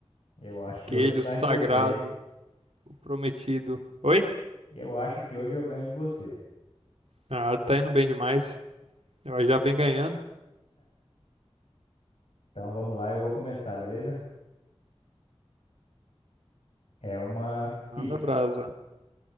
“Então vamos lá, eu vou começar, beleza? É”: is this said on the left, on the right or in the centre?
Left